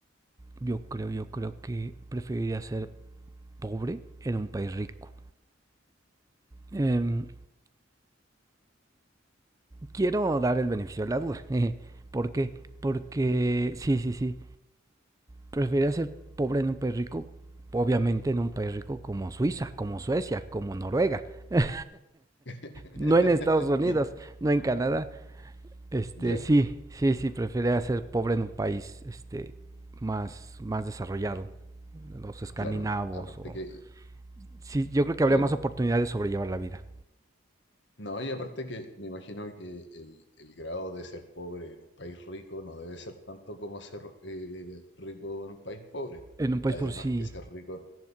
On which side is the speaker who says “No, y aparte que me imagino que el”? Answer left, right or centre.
Left